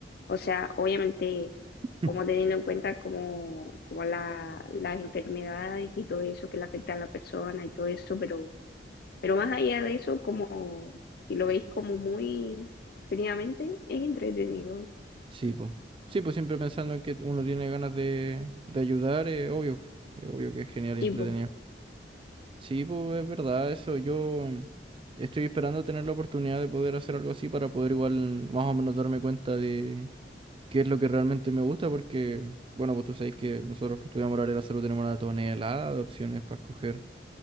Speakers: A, on the left; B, on the right.
A: O sea, obviamente,
B: <laughs>
A: como teniendo en cuenta como, como la- las enfermedades y todo eso que le afecta a la persona y todo eso, pero, pero más allá de eso, como si lo veis como muy fríamente, es entretenido.
B: Sí, pues. Sí, pues siempre pensando en que uno tiene ganas de, de ayudar, es obvio. Es obvio que es genial y
A: sí
B: entretenido.
A: pues,
B: Sí, pues es verdad, eso. Yo estoy esperando tener la oportunidad de poder hacer algo así para poder igual más o menos darme cuenta de qué es lo que realmente me gusta, porque, bueno, pues tú sabes que nosotros que estudiamos la área de la salud tenemos una tonelada de opciones para escoger.